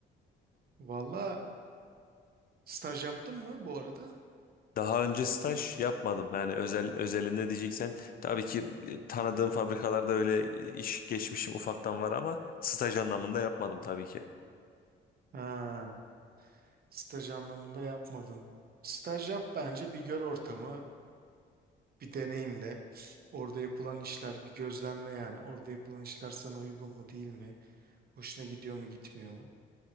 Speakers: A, on the right; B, on the left.
A: <laughs> Valla staj yaptın mı bu arada?
B: Daha önce staj yapmadım. Yani özel özelinde diyeceksen tabii ki e, tanıdığım fabrikalarda öyle iş geçmişim ufaktan var ama staj anlamında yapmadım tabii ki.
A: Ha, staj anlamında yapmadın. Staj yap bence bir gör ortamı, bir deneyimle. Orada yapılan işler bir gözlemle yani. Orada yapılan işler sana uygun mu değil mi? Hoşuna gidiyor mu gitmiyor mu?